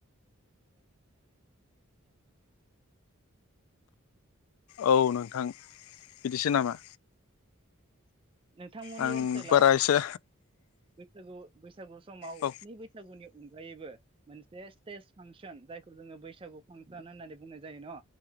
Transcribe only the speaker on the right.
नोंथांमोननि
ओनसोलाव
बैसागु बैसागु समाव
स्नि बैसागुनि अनगायैबो मोनसे स्टेज फांसन जायखौ जोङो बैसागु फांसन होननानै बुंनाय जायो न